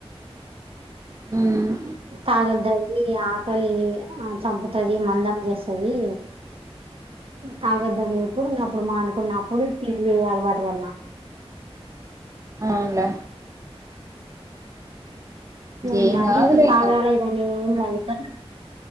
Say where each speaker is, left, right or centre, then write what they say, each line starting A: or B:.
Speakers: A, on the right; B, on the right.
A: మ్మ్
B: తాగద్దండి ఆకలిని ఆ చంపుతది మందం చేస్తది తాగద్దని
A: హ్మ్
B: ఇప్పుడు అప్పుడు మానుకున్నప్పుడు టీ వీయ్యి అలవాటు పడినా
A: అవున్లే
B: మ్మ్
A: ఏం
B: మరి
A: కాదులే
B: తాగలేదని
A: ఇంగ
B: ఏంలా ఎప్పట్